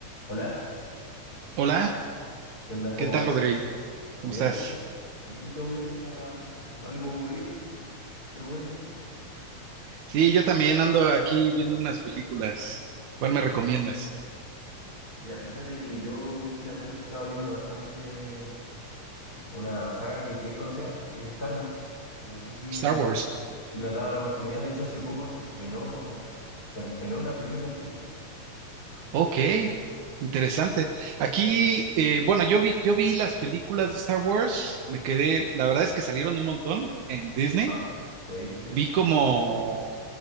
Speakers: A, on the left; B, on the right.
A: Hola,
B: Hola,
A: ¿qué onda? ¿Cómo
B: ¿qué tal,
A: va?
B: Rodri?
A: Bien,
B: ¿Cómo estás?
A: bien. Aquí todo bien, está algo aburrido, pero bueno,
B: Sí, yo también ando aquí viendo unas películas. ¿Cuál
A: sí.
B: me recomiendas?
A: Mira, fíjate que yo últimamente he estado viendo bastante una saga que es bien conocida, que es Star Wars. No sé si,
B: Star Wars.
A: si le has dado la oportunidad. De hecho, hace poco se estrenó, se reestrenó una película en el cine.
B: Ok, interesante. Aquí, eh, bueno, yo vi, yo vi las películas de Star Wars, me quedé, la verdad es que salieron un montón en Disney.
A: Ajá. Sí, sí, sí.
B: Vi como,